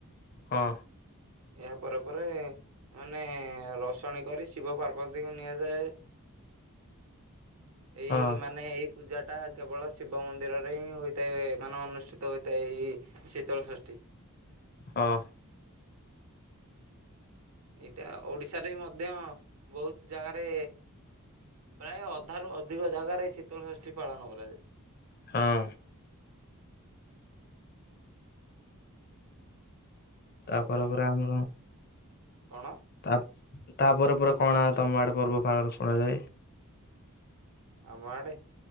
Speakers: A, on the left; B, on the right.
A: ହଁ।
B: ଏହା ପରେ ପରେ ମାନେ ରସ ଶଣି କରି ଶିବ ପାର୍ବତୀଙ୍କୁ ନିଆଯାଏ ଏଇ
A: ହଁ
B: ମାନେ ଏଇ ପୂଜାଟା କେବଳ ଶିବ ମନ୍ଦିରରେ ହିଁ ହୋଇଥାଏ ମାନେ ଅନୁଷ୍ଠିତ ହୋଇଥାଏ ଏଇ ଶୀତଳଷଷ୍ଠୀ।
A: ହଁ।
B: ଏଇଟା ଓଡିଶାରେ ବି ମଧ୍ୟ ବହୁତ ଜାଗାରେ ପ୍ରାୟ ଅଧାରୁୁ ଅଧିକ ଜାଗାରେ ଏଇ ଶୀତଳଷଷ୍ଠୀ ପାଳନ କରାଯାଏ।
A: ହଁ। ତାପରେ
B: ଆଉ କଣ
A: ପରେ ଆମ
B: କଣ
A: ତା ତାପରେ ପରେ କଣ ଆ ତମ ଆଡ଼େ ପର୍ବ ପାଳନ ଶୁଣାଯାଏ?
B: ଆମ ଆଡ଼େ?